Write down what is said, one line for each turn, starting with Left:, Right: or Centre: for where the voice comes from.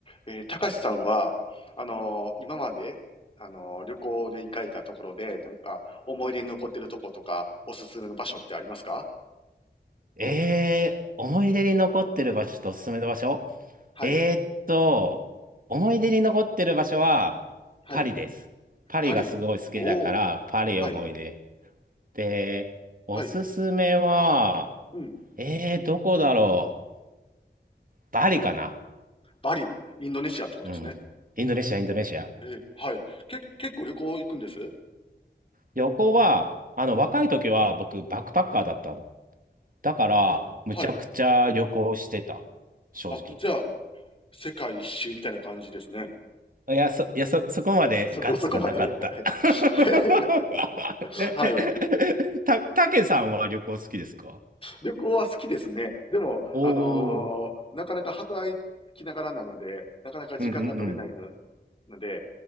Left: えー、たかしさんは、あのー今まで、あのー旅行で行かれたところで、なんか、思い出に残ってるとことか、おすすめの場所ってありますか
Right: えー、思い出に残ってる場所とおすすめの場所
Left: はい、
Right: えーっと、思い出に残ってる場所はパリです。
Left: はい。
Right: パリがすごい好きだから、
Left: パリ。おお、
Right: パリ思い出。
Left: はい、
Right: で、おすすめは、
Left: はい。うん。
Right: えー、どこだろう。バリかな。
Left: バリ、インドネシアってことですね。
Right: うん。インドネシア、インドネシア。
Left: えー、はい。け、結構旅行行くんです
Right: 旅行は、あの、若い時は僕、バックパッカーだったの。だから、
Left: あ、
Right: むちゃくちゃ旅行してた。
Left: はい。
Right: 正直。
Left: あ、じゃあ、世界一周みたいな感じですね。
Right: いや、そ、いや、そ、そこまでガッツがなかった。
Left: そこ、そこまで。はい。<laughs>
Right: <laughs> え、
Left: はい、はい
Right: え、た、たけさんは旅行好きですか
Left: 旅行は好きですね。でも、
Right: おおー。
Left: あのーなかなか働きながらなので、なかなか時間が取れないの
Right: うんうんうん。
Left: ので、